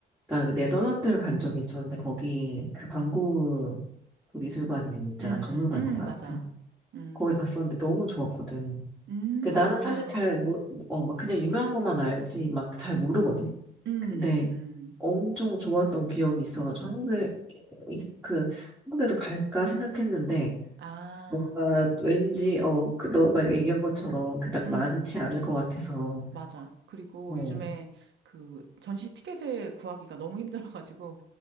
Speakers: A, in the centre; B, on the right.
A: 나 그 네덜란드를 간 적이 있었는데, 거기, 그 반고그 미술관이 있잖아.
B: 음,
A: 박물관인가.
B: 음, 맞아.
A: 아무튼,
B: 음,
A: 거기 갔었는데 너무 좋았거든.
B: 음,
A: 그 나는
B: 아.
A: 사실 잘 뭐, 어, 막 그냥 유명한 것만 알지 막 잘 모르거든.
B: 음,
A: 근데
B: 음, 음.
A: 엄청 좋았던 기억이 있어가지고 한국에 이- 그 한국에도 갈까 생각했는데
B: 아,
A: 뭔가 왠지 어, 그 너가 얘기한 것처럼 그닥
B: 음,
A: 많지 않을 것 같아서
B: 맞아. 그리고
A: 어,
B: 요즘에 그 전시 티켓을 구하기가 너무 힘들어가지고,